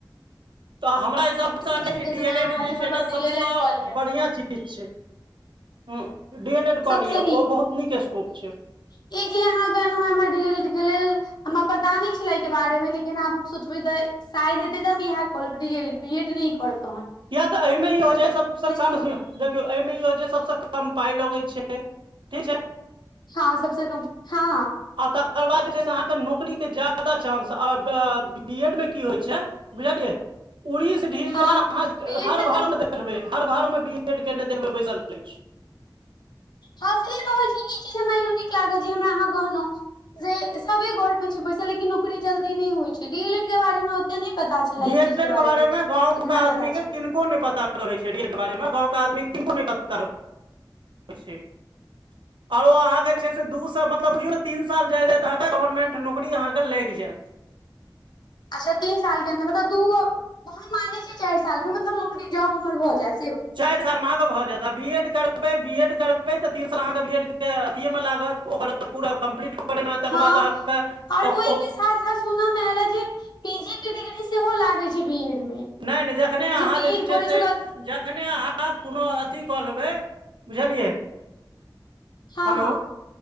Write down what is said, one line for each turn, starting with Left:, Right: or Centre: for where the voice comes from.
Right: तऽ हमरा हिसाब
Left: अहाँ
Right: से अहाॅंके इ डी एल एड जे छै
Left: मतलब
Right: न
Left: डी
Right: सबसेॅं
Left: एल एड कऽ लिअ
Right: बढ़िया चीज <unintelligible> छै ऊं डी एल एड कऽ
Left: सबसँ
Right: लिऽ ओ बहुत नीक स्कोप छै
Left: इ जे आहाॅं कहलौ हमरा डीए लेड के लेल हमरा पता नै छलै अय के बारेमें लेकिन आब हम सोचबै शायद हेतै त हम इहेय क लेबै D L Ed B Ed नहि करबै
Right: किया तऽ अयमे ई होय छै ज सबसँ कम
Left: नहि
Right: दखियौ अयमे ई होय छै जे सबसँ कम पाय लगै छै ठीक छै
Left: हँ सबसेॅं कम हँ
Right: आ तकर बाद जे छै से अहाँके नौकरीके ज्यादा चांस आ ब बा बी एडमे की होय छै बुझलियै उड़ीस ढील
Left: हँ
Right: जेना अहाँ
Left: बीएड
Right: हर
Left: मे तऽ
Right: घरमें दखबै- <unintelligible> हर घरमे बी एड केयने देखबै बैसलै अछि
Left: हँ सेतऽ होय छै ई चीज हमरा नीक लागल जे हमरा अहाँ कहलौं जे सबे घरमे छै बैसल लेकिन नौकरी जल्दी नहि होय छै डी एल एड के बारेमें हम तैंय नै पता छलेए
Right: डी
Left: इ
Right: एल
Left: चीज
Right: एड
Left: के बारेमें
Right: बारे मे गाँव
Left: लेकिन
Right: के आदमी
Left: आब पता चैल
Right: के
Left: गेल
Right: किनको नै पता रहै छै डी एल एड के बारेमें गाँंव के आदमी के किनको नै पता रहै छै <unintelligible> आ ओर अहाँके जे छै से दू सा मतलब बुझियौ न तीन साल जायत जायत अहाँके गवर्नमेंट नौकरी अहाँके लायग जायत
Left: अच्छा तीन साल के अंदर मतलब दूओ हम माने छियै चारि सालमें मतलब नौकरी जॉब हम्मर भऽ जायत
Right: चारि सालमें अहाॅंके भऽ जायत आ बी एड कर बी एड करबै तऽ तीन साल अहाँके बी एड के अथियेमऽ लागत ओकर पूरा कम्प्लीट करैमे तकर
Left: हँ
Right: बाद अहाँके
Left: आओर ओयके
Right: ओ
Left: साथ - साथ सुनऽ में आयल जे पीजी के डिग्री सेहो लागे छै बी एड मे
Right: नै नै जखने अहाँ
Left: बीएड
Right: जे छै
Left: करै
Right: से
Left: ओकरा
Right: जखने अहाँ कोनो अथी कऽ लबै बुझलियै
Left: हँ
Right: हलो
Left: हँ